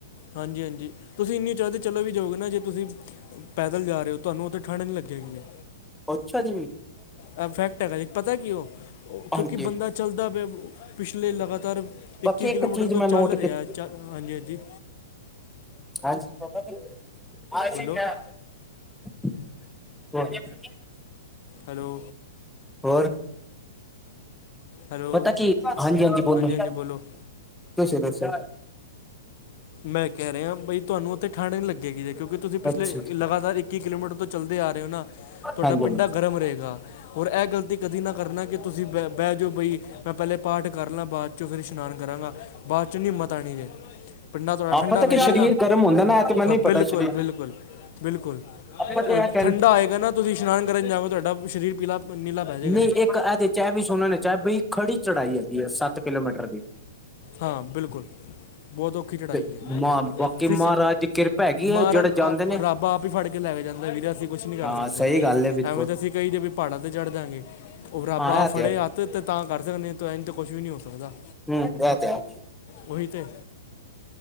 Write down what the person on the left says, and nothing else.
ਹਾਂਜੀ-ਹਾਂਜੀ ਤੁਸੀਂ ਇੰਨੀ <unintelligible> ਚਲੋ ਵੀ ਜਾਓਗੇ ਨਾ ਜੇ ਤੁਸੀ ਪੈਦਲ ਜਾ ਰਹੇ ਹੋ ਤੁਹਾਨੂੰ ਉੱਥੇ ਠੰਡ ਨੀ ਲੱਗੇਗੀ ਜੇ।
ਇਹ ਫੈਕਟ ਹੈਗਾ ਜੇ ਪਤਾ ਕਿਉਂ
ਬੰਦਾ ਚਲਦਾ ਪਿਆ ਪਿਛਲੇ ਲਗਾਤਾਰ ਇੱਕੀ
ਕਿਲੋਮੀਟਰ
ਤੋਂ
ਚੱਲ
ਰਿਹਾ
ਚ ਹਾਂਜੀ-ਹਾਂਜੀ।
ਬੋਲੋ
ਹੈਲੋ
ਹੈਲੋ
ਹਾਂਜੀ ਹਾਂਜੀ ਬੋਲੋ
ਮੈਂ ਕਹਿ ਰਿਹਾ ਬਈ ਤੁਹਾਨੂੰ ਉੱਥੇ ਠੰਢ ਨੀ ਲੱਗੇਗੀ ਜੇ ਕਿਉਂਕਿ ਤੁਸੀਂ ਪਿਛਲੇ
ਲਗਾਤਾਰ ਇੱਕੀ ਕਿਲੋਮੀਟਰ ਤੋ ਚੱਲਦੇ ਆ ਰਹੇ ਹੋ ਨਾ ਤੁਹਾਡਾ
ਪਿੰਡਾ
ਗਰਮ ਰਹੇਗਾ। ਹੋਰ ਇਹ ਗਲਤੀ ਕਦੀ ਨਾ ਕਰਨਾ ਕਿ ਤੁਸੀ ਬਹਿ ਬਹਿ ਜਾਓ ਬਈ ਮੈਂ ਪਹਿਲੇ ਪਾਠ ਕਰ ਲਾ ਬਾਦ ਚੋਂ ਫਿਰ ਇਸ਼ਨਾਨ ਕਰਾਂਗਾ ਬਾਦ ਚੋ ਨੀ ਹਿੰਮਤ ਆਣੀ ਜੇ। ਪਿੰਡਾ ਥੋੜਾ ਠੰਡਾ
ਪਹਿ
ਜਾਏਗਾ,
ਹਾਂ
ਬਿਲਕੁਲ-ਬਿਲਕੁਲ।
ਬਿਲਕੁਲ
ਠੰਡਾ ਹੋਏਗਾ ਨਾ ਤੁਸੀ ਇਸ਼ਨਾਨ ਕਰਨ ਜਾਓ ਤੁਹਾਡਾ ਸਰੀਰ ਪੀਲਾ ਨੀਲਾ ਪੈ ਜਾਏਗਾ
ਜੇ
ਹਾਂ ਬਿਲਕੁਲ ਬਹੁਤ ਓ ੱਖੀ ਚੜਾਈਏ
ਫ
ਮਾਰਨ
ਰੱਬ ਆਪ ਹੀ ਫੜ ਕੇ ਲੈ ਕੇ ਜਾਂਦਾ ਵੀਰ ਅਸੀਂ ਕੁਛ ਨੀ ਕਰ
ਸਕਦੇ
ਐਵੇਂ ਤਾਂ ਅਸੀਂ ਕਈ ਜ ਵੀ ਪਹਾੜਾਂ ਤੇ ਚੜ੍ਹ ਦਗੇ ਉਹ ਬਰਾੱਬ
ਆਪ
ਫੜੇ
ਹੱਥ ਤੇ ਤਾਂ ਕਰ ਸਕਦੇ ਇਨ ਤੇ ਕੁਛ ਵੀ ਨਹੀਂੀ ਹੋ ਸਕਦਾ
ਉਹੀ ਤੇ।